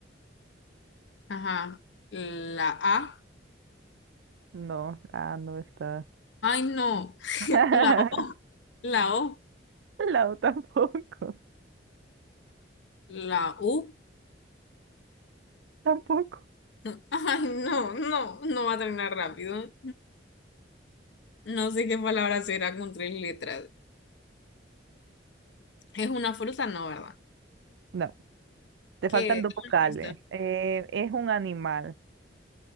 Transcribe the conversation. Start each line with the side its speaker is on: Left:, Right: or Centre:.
Left: Ajá. La A.
Right: No, ah, no está.
Left: Ay, no.
Right: <laughs>
Left: <laughs> La O. La O.
Right: Lau tampoco,
Left: La U.
Right: tampoco.
Left: <laughs> Ay, no, no, no va a terminar rápido. No sé qué palabra será con tres letras. Es una fruta, no, ¿verdad?
Right: No, te
Left: ¿Qué?
Right: faltan dos vocales.
Left: Una pista.
Right: Eh, es un animal,